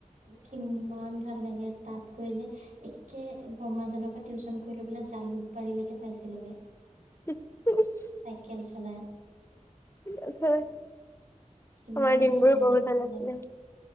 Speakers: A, on the right; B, on the left.
A: কিমান ভাল লাগে তাত গৈ যে একে ব্ৰহ্মাজানৰ পৰা টিউচন কৰি লৈ পেলাই জালুকবাৰিলেকে পাইছিলোগে।
B: <unintelligible>
A: চাইকেল চলাই।
B: <unintelligible>
A: কিমান
B: তোমাৰ দিনবোৰো
A: যে
B: বহুত
A: লাগিছিলে
B: ভাল আছিলে,